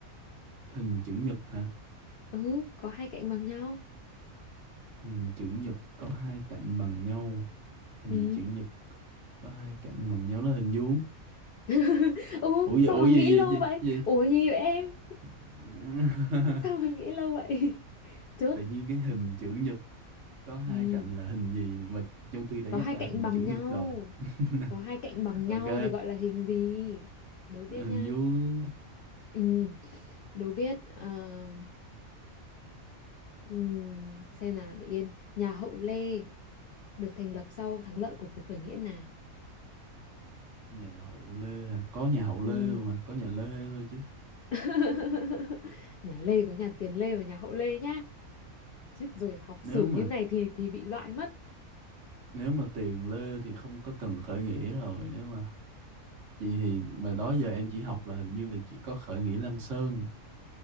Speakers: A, on the right; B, on the left.
A: hình chữ nhật hả
B: ừ có hai cạnh bằng nhau
A: hình chữ nhật có hai cạnh bằng nhau hình
B: ừ
A: chữ nhật có hai cạnh bằng nhau nó hình vuông
B: <laughs> ừ
A: ủa gì
B: sao
A: ủa
B: mà
A: gì
B: nghĩ lâu
A: gì gì
B: vậy
A: gì
B: ủa gì vậy em
A: <laughs>
B: sao mà nghĩ lâu vậy <laughs> chốt
A: tự nhiên cái hình chữ nhật có hai
B: ừ
A: cạnh là hình gì mà trong khi đã
B: có
A: nhắc
B: hai
A: là
B: cạnh
A: hình
B: bằng
A: chữ nhật
B: nhau
A: rồi <laughs>
B: có hai cạnh bằng
A: ok
B: nhau thì gọi là hình gì đố biết
A: hình
B: nha
A: vuông
B: ừ đố biết ờ, ừ, xem nào để yên nhà hậu lê được thành lập sau thắng lợi của cuộc khởi nghĩa nào
A: nhà hậu lê hả có nhà hậu
B: Ừm.
A: lê luôn hả có nhà lê thôi chứ
B: <laughs> nhà Lê có nhà Tiền Lê và nhà Hậu Lê nhá chết rồi học
A: nếu
B: sử như
A: mà
B: này thì thì bị loại mất
A: nếu mà tiền lê thì không có cần khởi nghĩa rồi nếu mà vậy thì mà đó giờ em chỉ học là hình như là chỉ có khởi nghĩa Lam Sơn